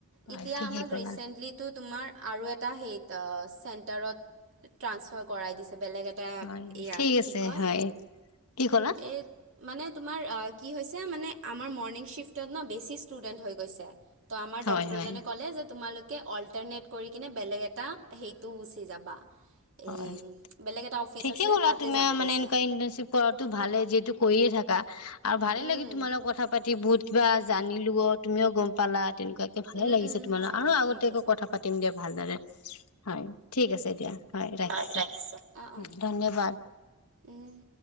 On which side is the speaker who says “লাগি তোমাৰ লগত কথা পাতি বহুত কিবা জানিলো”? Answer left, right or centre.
Left